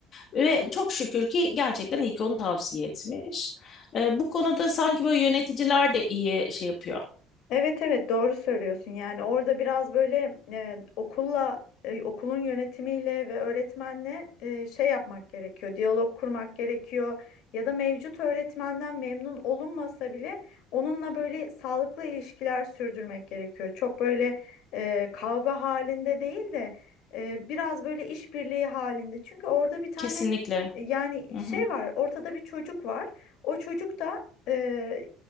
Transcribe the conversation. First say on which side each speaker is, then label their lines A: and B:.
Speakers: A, on the left; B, on the left.
A: Ve çok şükür ki gerçekten iyi ki onu tavsiye etmiş. Ee, bu konuda sanki böyle yöneticiler de iyi şey yapıyor.
B: Evet evet doğru söylüyorsun. Yani orada biraz böyle e, okulla e, okulun yönetimiyle ve öğretmenle e, şey yapmak gerekiyor. Diyalog kurmak gerekiyor. Ya da mevcut öğretmenden memnun olunmasa bile onunla böyle sağlıklı ilişkiler sürdürmek gerekiyor. Çok böyle e, kavga halinde değil de e, biraz böyle işbirliği halinde. Çünkü orada bir tane
A: Kesinlikle.
B: e, yani
A: Hı hı.
B: şey var. Ortada bir çocuk var. O çocuk da e,